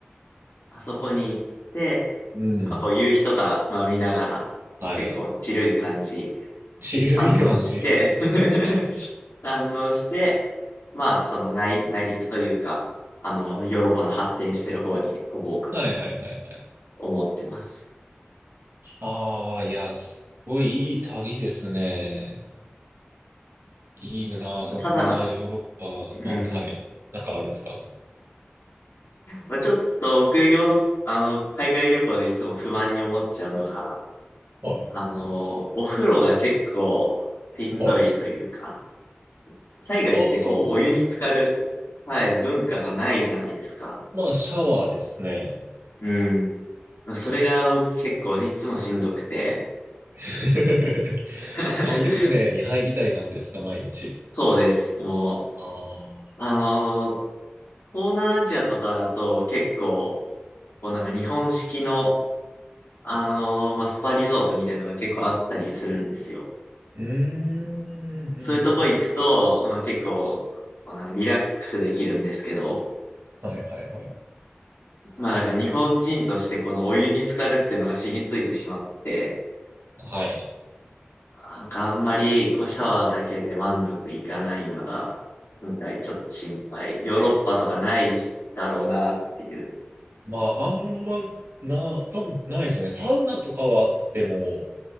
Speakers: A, on the left (about 85°); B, on the right (about 70°).
A: あそこに行って、
B: うん。
A: まあこう夕日とか、まあ見ながら、
B: はい。
A: こう結構チルい感じ、
B: ちるい感じ。
A: 堪能して
B: はい。
A: <laughs> 堪能して、まあその内、内陸というか、あの、ヨーロッパの発展してる方に飛ぼうかな、
B: はいはいはいはい。
A: 思ってます。
B: ああ、いや、すごいいい旅ですね。いいなあ、
A: まあ、
B: そんなヨーロッパ、
A: ただ、うん、
B: まあ、はい。なんかあるんですか
A: まあ、ちょっと僕、ヨーロッパ、あの、海外旅行でいつも不満に思っちゃうのが、
B: はい。
A: あの、お風呂が結構しんどいというか、
B: はい。
A: 海外ってこう、
B: ああ、そうですか。
A: お湯に浸かる、はい、文化がないじゃないですか。
B: まあ、シャワーですね。
A: うん。まあそれが僕結構いつもしんどくて、
B: <laughs>
A: <laughs>
B: あ、湯船に入りたい感じですか、毎日。
A: そうです。も
B: ああ。
A: う、あのー、東南アジアとかだと結構、こうなんか日本式の、あのーまあ、スパリゾートみたいなのが結構あったりするんですよ。
B: うーん、うん、うん、
A: そういうとこ行くと、
B: うん。
A: まあ、結構、このリラックスできるんですけど、
B: はいはいはい。
A: まあなんか日本人としてこのお湯に浸かるっていうのが染みついてしまって、
B: はい。
A: なんかあんまりこうシャワーだけで満足いかないのが、今回ちょっと心配。ヨーロッパとかないだろうなっていう。
B: まあ、あんま、な、多分ないですよね。サウナとかはあっても、